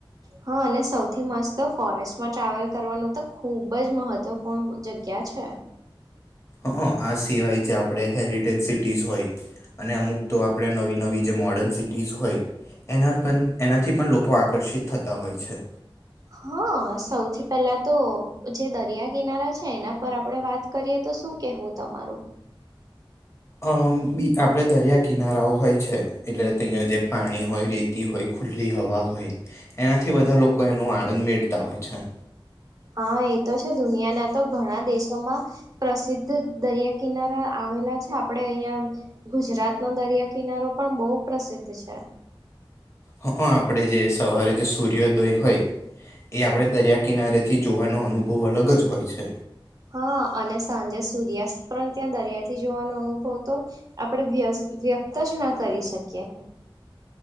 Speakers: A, on the right (about 40°); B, on the left (about 30°).
A: હા અને સૌથી મસ્ત તો ફોરેસ્ટમાં ટ્રાવેલ કરવાનું તો ખૂબ જ મહત્વપૂર્ણ જગ્યા છે
B: હ આ સિવાય જે આપણે હેરિટેજ સિટીઝ હોય અને અમુક તો આપણે નવી નવી જે મોર્ડર્ન સિટીઝ હોય એના પણ એનાથી પણ લોકો આે આકર્ષિત થતા હોય છે
A: હા સૌથી પહેલા તો જે દરિયા કિનારા છે એના પર આપડણે વાત કરીએ તો શું કેવું તમારું
B: અમ બી આપણે દરિયા કિનારાઓ હોય છે એટલે અહીંયા જે પાણી હોય રેતી હોય ખુલ્લી હવા હોય એનાથી બધા લોકો એનો આનંદ મેળતા હોય છે
A: હા એ તો છે દુનિયાના તો ઘણા દેશોમાં પ્રસિદ્ધ દરિયા કિનારા આવેલા છે આપડે અહિયાં ગુજરાતનો દરિયા કિનારો પણ બહુ પ્રસિદ્ધ છે
B: હ આપે જે સવારે જે સૂર્યોદય હોય એ આપણે દરિયા કિનારેથી જોવાનો અનુભવ અલગ જ હોય છે
A: હા અને સાંજે સૂર્યાસ્ત પણ ત્યાં દરિયાથી જોવાનો અનુભવ તો આપણે વ વ્યક્ત જ ના કરી શકીએ